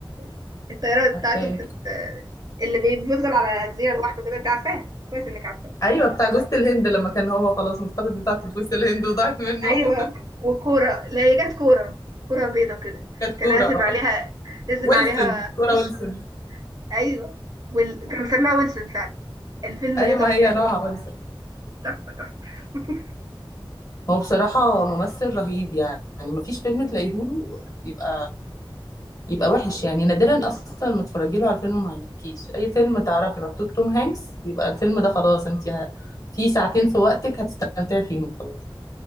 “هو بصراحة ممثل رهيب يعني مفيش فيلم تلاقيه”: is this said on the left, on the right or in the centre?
Left